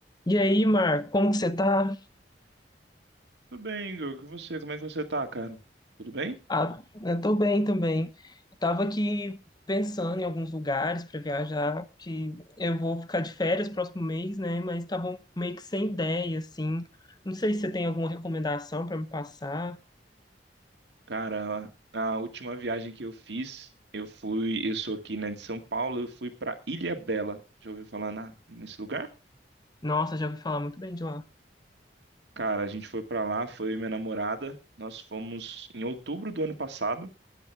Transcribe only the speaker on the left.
E aí, Mar, como que você tá?
Ah, eu tô bem também. Tava aqui pensando em alguns lugares para viajar, que eu vou ficar de férias próximo mês, né? Mas tava meio que sem ideia, assim. Não sei se você tem alguma recomendação para me passar.
Nossa, já ouvi falar muito bem de lá.